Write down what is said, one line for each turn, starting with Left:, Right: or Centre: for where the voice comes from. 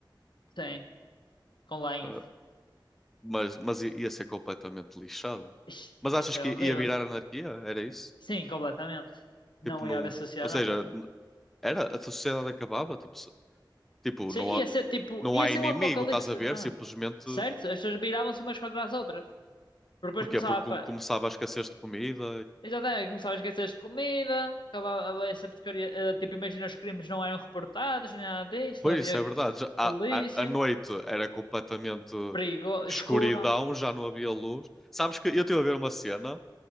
Left: Sim, com lenha.
Centre: Ah, mas, mas i- ia ser completamente lixado.
Left: Ixi,
Centre: Mas achas
Left: ia ser
Centre: que
Left: horrível.
Centre: ia virar anarquia? Era isso?
Left: Sim, completamente. Não
Centre: Tipo, não.
Left: ia haver sociedade.
Centre: Ou seja, n- era, a sociedade acabava, tipo, se- tipo,
Left: Sim,
Centre: não
Left: ia
Centre: há,
Left: ser tipo,
Centre: não
Left: ia
Centre: há
Left: ser
Centre: inimigo,
Left: um apocalipse,
Centre: estás a ver?
Left: literalmente.
Centre: Simplesmente.
Left: Certo? As pessoas viravam-se umas contra as outras. Porque depois
Centre: Porquê?
Left: começava
Centre: Porque
Left: a.
Centre: come-
Left: pa-
Centre: começava a escassez de comida
Left: Exatamente, começava a esquecer de comida, acabava essa porcaria. eh, Tipo, imagina, os crimes não eram reportados, nem nada disso,
Centre: Pois
Left: não havia
Centre: isso é verdade. Já- A,
Left: polícia,
Centre: a, a noite era completamente
Left: perigo, escuro.
Centre: escuridão, já não havia luz. Sabes que eu estive a ver uma cena